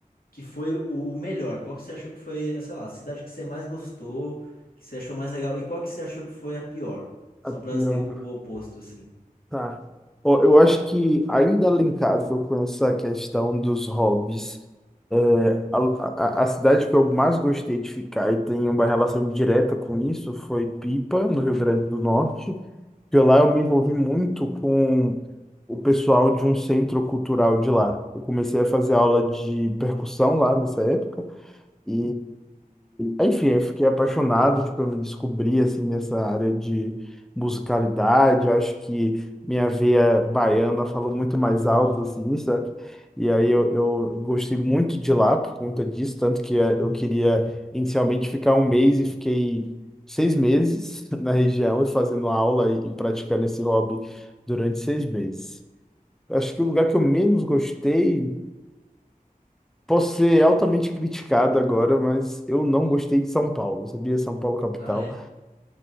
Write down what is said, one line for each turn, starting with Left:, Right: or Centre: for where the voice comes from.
Left: que foi o melhor? Qual que você achou que foi, eh, sei lá, a cidade que você mais gostou, que você achou mais legal, e qual que você achou que foi a pior? Só
Centre: A
Left: pra
Centre: pior.
Left: ter o, o oposto, assim.
Centre: Tá. Ó, eu acho que ainda linkado com essa questão dos hobbies, é, a, a, a cidade que eu mais gostei de ficar e tem uma relação direta com isso foi Pipa, no Rio Grande do Norte, que lá eu me envolvi muito com o pessoal de um centro cultural de lá. Eu comecei a fazer aula de percussão lá nessa época. E, enfim, eu fiquei apaixonado, tipo, eu me descobri, assim, nessa área de musicalidade. Eu acho que minha veia baiana fala muito mais alto, assim, sabe? E aí eu, eu gostei muito de lá por conta disso, tanto que eh, eu queria inicialmente ficar um mês e fiquei seis meses <laughs> na região e fazendo aula e, e praticando esse hobby durante seis meses. Acho que o lugar que eu menos gostei Posso ser altamente criticado agora, mas eu não gostei de São Paulo, sabia? São Paulo capital,
Left: Ah, é?